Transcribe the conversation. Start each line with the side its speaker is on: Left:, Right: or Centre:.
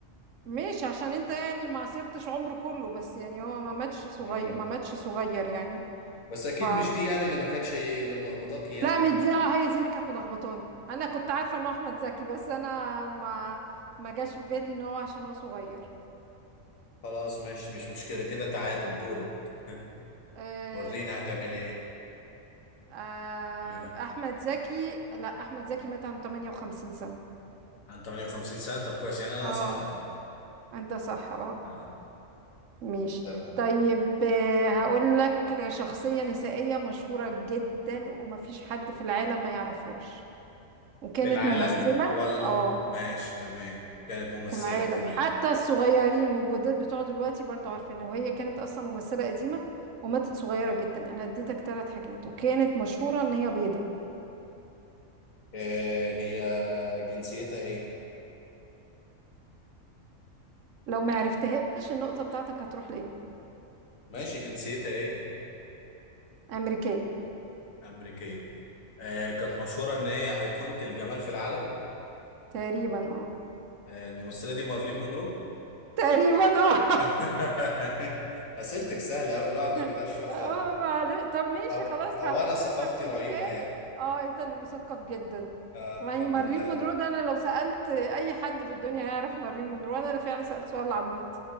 Right: مش عشان انت يعني ما عاصرتش عمره كله بس يعني هو ما ماتش صغير
Left: امم
Right: ما ماتش صغير يعني
Left: بس اكيد
Right: ف
Left: مش دي يعني اللي ما كانتش اللي ملخبطاك يعني
Right: لا مش دي آه، هي دي اللي كانت ملخبطاني انا كنت عارفه انه احمد زكي بس انا ما ما جاش في بالي ان هو عشان هو صغير
Left: خلاص ماشي مش مشكلة كده تعادل دورك
Right: آه،
Left: <laughs> ورينا هتعمل ايه
Right: آه،
Left: آه.
Right: احمد زكي لا احمد زكي مات عن 58 سنه
Left: عن 58 سنة طب كويس يعني انا
Right: اه
Left: صح اهو
Right: انت صح اه
Left: اه
Right: ماشي
Left: تمام
Right: طيب آه، هقول لك شخصيه نسائيه مشهوره جدا ومفيش حد في العالم ما يعرفهاش وكانت
Left: في العالم
Right: ممثله
Left: ولا
Right: اه
Left: ماشي تمام كانت ممثلة
Right: في العالم
Left: تمام
Right: حتى الصغيرين والجداد بتوع دلوقتي برضو عارفينها وهي كانت اصلا ممثلة قديمة وماتت صغيرة جدا انا اديتك ثلاث حاجات وكانت مشهورة ان هي بيضة
Left: آه هي جنسيتها ايه
Right: لو ما عرفتهاش النقطة بتاعتك هتروح ليا
Left: ماشي جنسيتها ايه
Right: امريكية
Left: أمريكية آه كانت مشهورة ان هي أيقونة الجمال في العالم
Right: تقريبا اه
Left: آه الممثلة دي مارلين مونرو
Right: تقريبا اه
Left: <laughs> أسئلتك سهلة أوي الواحد ما
Right: <laughs>
Left: بيتعش فيها خالص
Right: اه معلش طب ماشي
Left: أو
Right: خلاص
Left: أو
Right: هفكر
Left: أنا ثقافتي
Right: لك في
Left: رهيبة
Right: سؤال
Left: يعني
Right: اه انت اللي مثقف جدا
Left: آه
Right: يعني
Left: الحمد
Right: مارلين
Left: لله
Right: مونرو ده انا لو سألت اي حد في الدنيا هيعرف مارلين مونرو انا اللي فعلا سألت سؤال عبيط